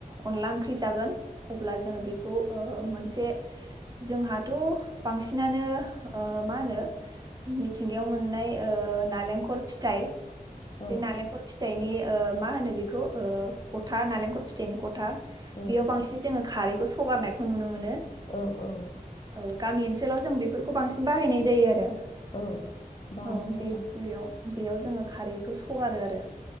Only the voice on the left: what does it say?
ओ उम औ
ओ
औ औ
औ बाहायथ'
आरो।